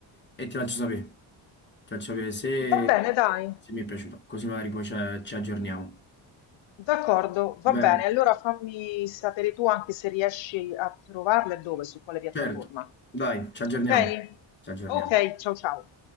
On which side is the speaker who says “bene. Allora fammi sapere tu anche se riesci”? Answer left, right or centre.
Left